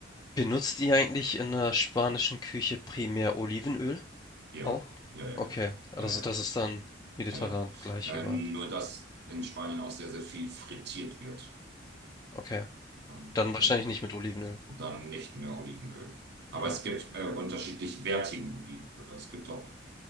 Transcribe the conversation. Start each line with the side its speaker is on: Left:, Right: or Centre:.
Left: benutzt ihr eigentlich in der spanischen Küche primär Olivenöl
Right: ja,
Left: auch?
Right: ja, ja,
Left: Okay, also
Right: ja, ja,
Left: das ist dann mediterran
Right: ja,
Left: gleich
Right: ja.
Left: überall.
Right: Äh, nur, dass in Spanien auch sehr, sehr viel frittiert wird.
Left: Okay,
Right: Ähm,
Left: dann
Right: genau.
Left: wahrscheinlich nicht mit Olivenöl,
Right: dann nicht mehr Olivenöl. Aber
Left: ja.
Right: es gibt äh, unterschiedlich wertigen Olivenöl. Also Es gibt auch